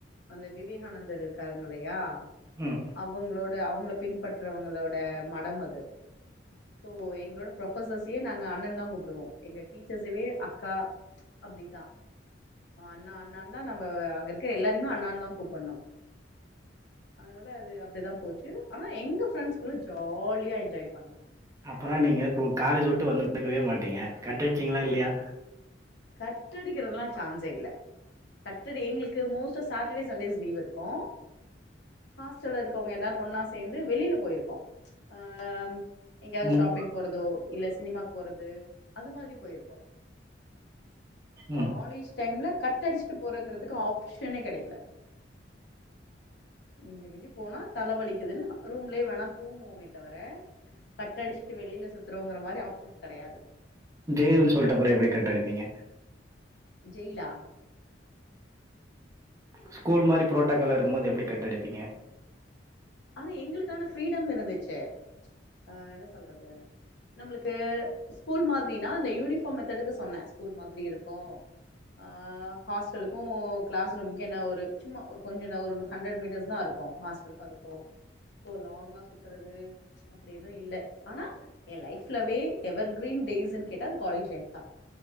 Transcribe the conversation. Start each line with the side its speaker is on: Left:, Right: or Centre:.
Left: அந்த விவேகானந்தர் இருக்காங்க இல்லையா
Right: ம்.
Left: அவங்களோட அவ் உங்கள பின் பட்ரவங்களோட மடம் அது இப்போ எங்களோட ப்ரோபர்சியே நாங்க அண்ணன்தா கூப்புடுவோ எங்க டீச்சர்சையாவே நாங்க அக்கா அப்படிதா அண்ணா அண்ணாத நபா அங்க இருக்க எல்லரையுமே அண்ணா அண்ணாதா கூப்புணு அதனால அனால அது அப்பிடிதா போச்சி ஆ எங்க பிரரெண்ட்ஸ் கூல்ல ஜாலியா என்ஜாய் பண்ணு
Right: அப்பனா நீங்க காலேஜ்வுட்டு வந்தனுக்கவே மாட்டீங்க கட்டடிடுச்சீங்களா இல்லயா
Left: கட்டடிக்கறதலா சான்ஸே இல்ல கட்டடி எங்களுக்கு மோஸ்சா சாட்டர்டே சண்டேஸ் லீவ் இருக்கு ஹாஸ்டல இருக்கவங்க எல்லோரு ஒன்னா சேந்து வெளியில போய்ருக்கோ ஆ எங்கயாது
Right: ம்
Left: ஷாப்பிங் போறதோ இல்ல சினிமாக்கு போறது அது மாரி போய்ருக்கோ காலேஜ்
Right: ம்
Left: டைம்ல கட்டடிச்சிட்டு போறங்கறதுக்கு ஆப் சனே கெடக்கல இஞ்சி மிஞ்சி போனா தலவலிக்குதுனு ரூம்லே வேணா தூங்குவோமே தவிர கட்டடிச்சிட்டு வெளில சுத்துறோங்கற மாரி ஆப்ஷன்ஸ் கெடையாது
Right: ஜெய்ல்னு சொல்ட்டப்பற எப்டி கட்டடுப்பீங்க
Left: ஜெய்லா
Right: ஸ்கூல் மாரி ப்ரோட்ட கல இருக்குமோது எப்டி கட்டடுப்பீங்க
Left: ஆனா எங்களுக்கான ஃப்ரீடம் இருந்துச்சு ஆ என்ன சொல்றது நம்பளுக்கு ஸ்கூல் மாதிரினா இந்த யூனிஃபார்ம் மெத்தடுக்கு சொன்ன ஸ்கூல் மாதிரி இருக்கும் ஆ ஹாஸ்டலுக்கும் க்ளாஸ் ரூமுக்கு என்ன ஒரு சும்மா ஒரு கொஞ்ச ஒரு ஹண்ட்ர்ட் மீட்டர்ஸ் தா இருக்கு ஹாஸ்டலுக்கு அதுக்கு ஓ லாங்கா சுத்துறது அப்டி எது இல்ல ஆனா எ ஃலைப்லவே எவர் கிரீன் டேஸ்சு கேட்ட அது காலேஜ் ஃலைப் தா